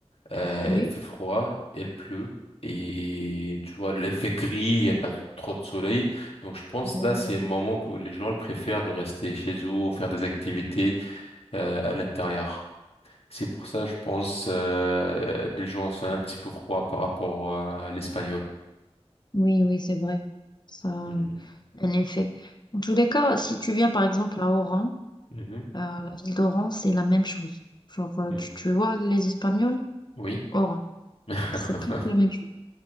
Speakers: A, on the left; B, on the left.
A: Euh,
B: oui,
A: elle fait froid, elle pleut. Et tu vois, elle fait gris, il n'y a pas trop de soleil. Donc je pense
B: oui,
A: là, c'est un moment où les gens le préfèrent de rester chez eux ou faire des activités euh, à l'intérieur. C'est pour ça, je pense, euh, les gens sont un petit peu froids par rapport à l'espagnol.
B: oui, oui, c'est vrai. Ça a
A: Hmm.
B: un effet. En tous les cas, si tu viens par exemple à Oran,
A: Mhm.
B: Euh, la ville d'Oran, c'est la même chose. Genre, euh,
A: Hmm.
B: tu, tu vois, les Espagnols,
A: Oui.
B: Oran,
A: <laughs>
B: c'est presque la même chose.